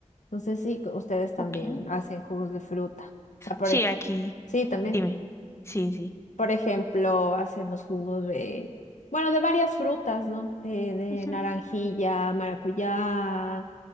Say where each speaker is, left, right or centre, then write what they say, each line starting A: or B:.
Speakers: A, on the left (about 75°); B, on the left (about 20°).
A: No sé si c- ustedes también
B: Ok.
A: hacen jugos de fruta. O sea, por
B: Sí,
A: ejemplo,
B: aquí.
A: sí, también.
B: Dime. Sí, sí.
A: Por ejemplo, hacemos jugos de, bueno, de varias frutas, ¿no? De, de
B: Ujú.
A: naranjilla, maracuyá,